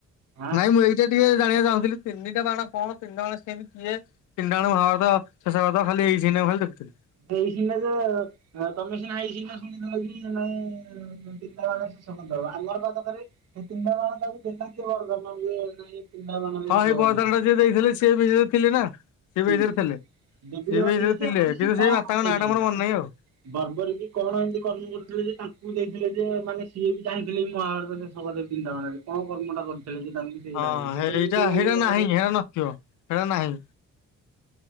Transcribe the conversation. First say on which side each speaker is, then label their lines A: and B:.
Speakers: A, on the right (about 60°); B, on the left (about 80°).
A: ଆଁ
B: ନାଇଁ ମୁ ଏଇଟା ଟିକେ ଜାଣିବାକୁ ଚାଁହୁଥିଲି ତିନିଟା ବାଣ କଣ ତିନିଟା ବାଣ କେମିତି ହୁଏ ତିନିଟା ବାଣ ମହାଭାରତ ସସାରତା ଖାଲି ଏଇ ସିନ ଟା ଖାଲି ଦେଖୁଥିଲି
A: ସେଇ ସିନ ଟା ତମେ ସିନା ହୋଇ ସିନା ଶୁଣିଦବ କି ନାଇଁ ପିଲାବେଳ ଶେଷ କରିଦବ ଆମର କଣ ଦରକାର ସେ ତିନିଟା କାର ତାକୁ ଦୋ କିଏ କରିଦମା ନାଇଁ ତିନିଟା ବାଣରେ
B: ହଁ
A: ଶେଷ
B: ସେଇ
A: କରିଦେବେ।
B: ବରଦାନ ଟା ଯିଏ ଦେଇଥିଲେ ସିଏ ବିରେ ଥିଲେ ନା ସିଏ
A: ହୁଁ
B: ବି ଏଥିରେ ଥିଲେ ସିଏ
A: ଯଦି ଜଣ
B: ବି ଏଥିରେ
A: ଯେ
B: ଥିଲେ
A: ମାନେ ସିଏ
B: କିନ୍ତୁ
A: କଣ
B: ସେଇ ମାତାଙ୍କ
A: କରୁଥିଲେ?
B: ନାଁଟା ମୋର ମନେ ନାହିଁ ଆଉ
A: ବର୍ବରୀ କି କଣ ଏମିତି କର୍ମ କରୁଥିଲେ ଯେ ତାଙ୍କୁ ଦେଇଥିଲେ ଯେ ମାନେ ସିଏ ବି ଚାହିଁଥିଲେ ମହାଭାରତ ଶେଷ ସ ଦେବ ତାରେ କଣ କର୍ମଟା କରିଥିଲେ ଯେ ତାଙ୍କୁ ସେଇଟା
B: ହଁ
A: ଦେବେ ସେଇଟା
B: ହେଇଟା
A: ବି ଟିକେ ଜାଣିବା
B: ହେଇଟା
A: ଦରକାର।
B: ନାହିଁ ହେରା ନଥିବ ହେରା ନାହିଁ